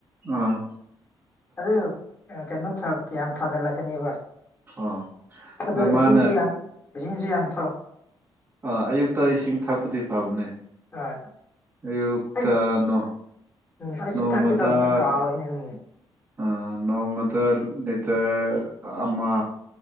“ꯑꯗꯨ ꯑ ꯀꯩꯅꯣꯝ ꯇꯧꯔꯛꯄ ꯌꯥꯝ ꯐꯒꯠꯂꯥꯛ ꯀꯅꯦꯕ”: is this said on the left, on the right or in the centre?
Left